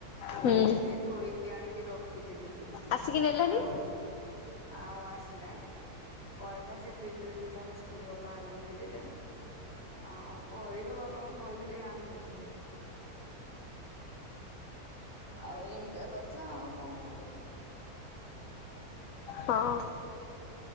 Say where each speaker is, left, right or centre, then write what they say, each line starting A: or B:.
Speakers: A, on the left (about 35°); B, on the left (about 65°).
A: ତୋଳିକି
B: ହୁଁ
A: ଦେମି ତୋଳିକି ଆଣିକି ରଖିଥିଲି ବି
B: ଆସିକି ନେଲାନି
A: ଆଉ ଆଉ ଆସିଲାନି ପଳିଲା ସେ ପିଜୁଳି ଥିଲା ମୋ ସ୍କୁଲ ବାପା ଘରକୁ ଦେଇ ଦେଲେ ଆଉ ପରିବା ବାପାଙ୍କୁ କହିଥିଲି ଆଣିନଥିଲେ। ଆଉ ଏମିତିଆ କଥା ଆଉ କଣ କରିବ।
B: ହଁ।